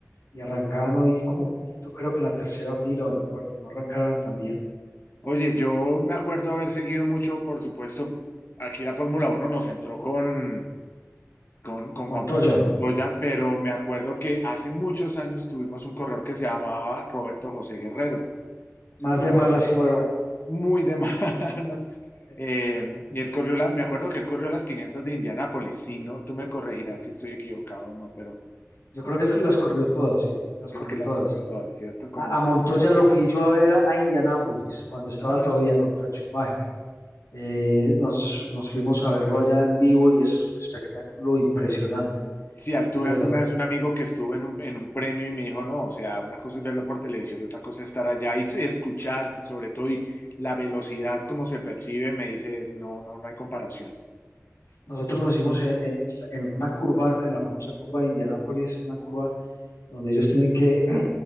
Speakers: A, on the left; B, on the left.
A: y arrancaban hoy como un poquito, creo que en la tercera fila o en la cuarta, no arrancaron tan bien.
B: Oye, yo me acuerdo haber seguido mucho, por supuesto, aquí la Fórmula uno nos entró con... con, con
A: Montoya,
B: Juan Pablo Montoya, pero me acuerdo que hace muchos años tuvimos un corredor que se llamaba Roberto José Guerrero, hace
A: más
B: muy,
A: de más las que bueno,
B: muy de <laughs> malas.
A: eh,
B: Eh, y él corrió, la- me acuerdo que él corrió las 500 de Indianápolis, si no, tú me corregirás si estoy equivocado o no, pero
A: yo
B: me
A: creo
B: parece-
A: que él las corrió todas, sí, las
B: creo
A: corrió
B: que las
A: todas.
B: corrió todas, ¿cierto? Como,
A: A, a Montoya lo fui yo a ver a Indianápolis cuando estaba
B: ah,
A: todavía contra Schumacher. Eh, nos, nos fuimos a verlo allá en vivo y eso es un espectáculo impresionante.
B: Sí, al-
A: Ese
B: tuve
A: de
B: alguna
A: la,
B: vez un amigo que estuvo en un, en un premio y me dijo, no, o sea, una cosa es verlo por televisión y otra cosa es estar allá y escuchar, sobre todo, y la velocidad como se percibe, me dice, es, no, no, no hay comparación.
A: nosotros nos hicimos eh, eh, en una curva, en la famosa curva de Indianápolis, una curva donde ellos tienen que